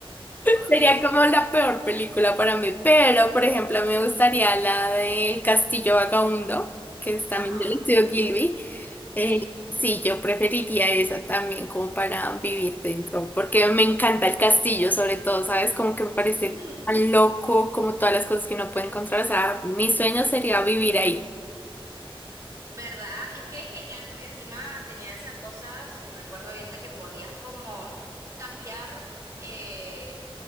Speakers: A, on the right (about 35°); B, on the left (about 20°).
A: ok,
B: Sería como la peor película para mí, pero por ejemplo me gustaría la de Castillo Vagabundo, que es también
A: ajá,
B: del estudio Gilby.
A: sí.
B: Eh, sí, yo preferiría esa también como para vivir dentro, porque me encanta el castillo sobre todo, ¿sabes? Como que me parece
A: <clears throat> <laughs>
B: tan loco, como todas las cosas que no puede encontrar, o sea, mi sueño sería vivir ahí.
A: ¿Verdad? Es que es genial porque encima tenía esa cosa, si recuerdo bien, de que podías como cambiar, eh,